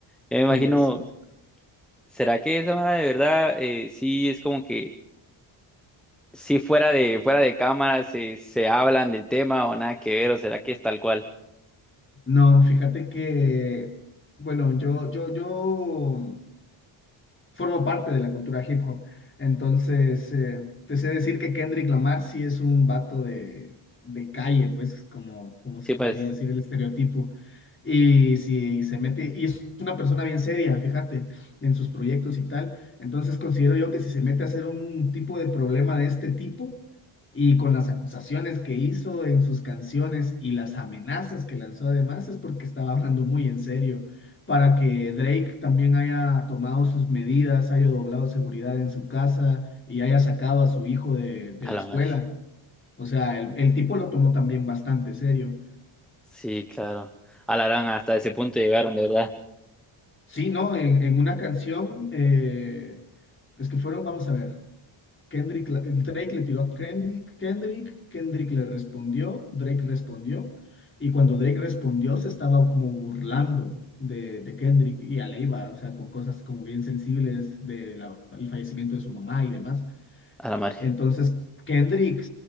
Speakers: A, in the centre; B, on the left.
A: Yo me imagino,
B: Pobrecito.
A: ¿será que esa banda de verdad eh, sí es como que, si fuera de, fuera de cámara se, se hablan del tema o nada que ver, o será que es tal cual?
B: No, fíjate que, bueno, yo, yo, yo formo parte de la cultura hip hop. Entonces, eh, te sé decir que Kendrick Lamar sí es un vato de, de calle, pues como, como se
A: Sí,
B: podría
A: pues,
B: decir el estereotipo. Y si se mete, y es una persona bien seria, fíjate, en sus proyectos y tal. Entonces considero yo que si se mete a hacer un tipo de problema de este tipo, y con las acusaciones que hizo en sus canciones y las amenazas que lanzó además, es porque estaba hablando muy en serio para que Drake también haya tomado sus medidas, haya doblado seguridad en su casa y haya sacado a su hijo de, de
A: a
B: la
A: la
B: escuela.
A: madre.
B: O sea, el, el tipo lo tomó también bastante serio.
A: Sí, claro. A la gran, hasta ese punto llegaron, de verdad,
B: Sí, ¿no? En, en una canción, eh, es que fueron, vamos a ver. Kendrick, Drake le tiró a Kendrick, Kendrick, Kendrick le respondió, Drake respondió, y cuando Drake respondió se estaba como burlando de, de Kendrick y a o sea, con cosas como bien sensibles del fallecimiento de su mamá y demás.
A: a la madre.
B: Entonces, Kendrick